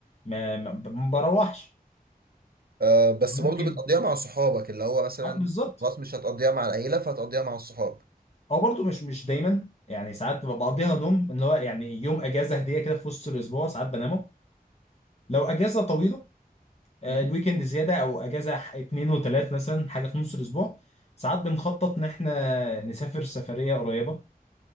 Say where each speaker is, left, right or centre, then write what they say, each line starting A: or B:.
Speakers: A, on the left; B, on the right.
A: ما ما ما بروحش
B: آه، بس
A: ممكن
B: برضو بتقضيها مع صحابك اللي هو مثلا
A: اه بالظبط
B: خلاص مش هتقضيها مع العيلة فهتقضيها مع الصحاب
A: هو برضه مش مش دايما يعني ساعات ببقى بقضيها نوم ان هو يعني يوم اجازه هديه كده في وسط الاسبوع ساعات بنامه لو اجازه طويله آه،
B: مم.
A: الويكند زياده او اجازه ح- اتنين وتلات مثلا حاجه في نص الاسبوع ساعات بنخطط ان احنا نسافر سفريه قريبه